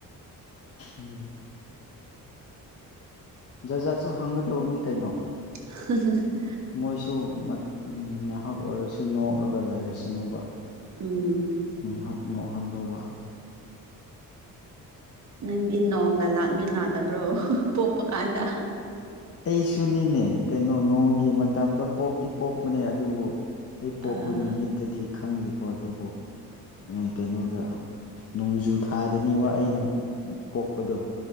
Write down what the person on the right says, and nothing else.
<unintelligible>
ꯎꯝ
ꯅꯪꯗꯤ ꯅꯣꯡꯒ ꯂꯥꯛꯃꯤꯟꯅꯗꯕ꯭ꯔꯣ ꯄꯣꯛꯄ ꯀꯥꯟꯗ
ꯑꯥ